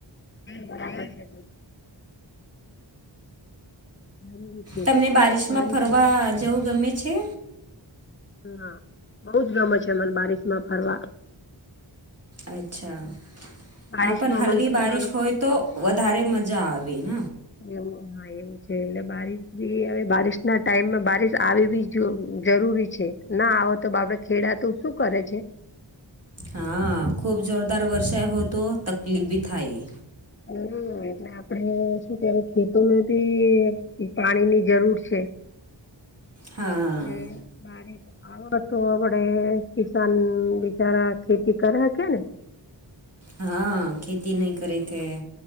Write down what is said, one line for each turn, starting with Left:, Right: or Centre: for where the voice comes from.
Left: બરાબર છે <unintelligible>
Right: તમને બારિશમાં
Left: બારિશ
Right: ફરવા
Left: ના હોય
Right: જવું ગમે છે?
Left: હા બઉ જ ગમે છ મન બારીશ માં ફરવા.
Right: અચ્છા.
Left: બારિશમાં
Right: હા પન હળવી
Left: મન ફરવાનું
Right: બારીશ હોય
Left: બઉ જ
Right: તો વધારે મજા આવે ન.
Left: એવું હા એવું છ એટલે બારીશ બી હવે બારીશ ના ટાઈમમાં બારીશ આવી બી જો જરૂરી છે. ના આવ તો બાપડે ખેડાતું શું કરે છે.
Right: હા ખૂબ જોરદાર વરસાય હો તો તકલીફ બી થાય.
Left: હમ એટલે આપણે શું કય ખીત. તો ભી પાણીની જરૂર છે
Right: હા
Left: ને બારીશ આવડ તો આપડે કિસાન બિચારા ખેતી કરે હકે ને.
Right: હા ખેતી નહી કરી તે.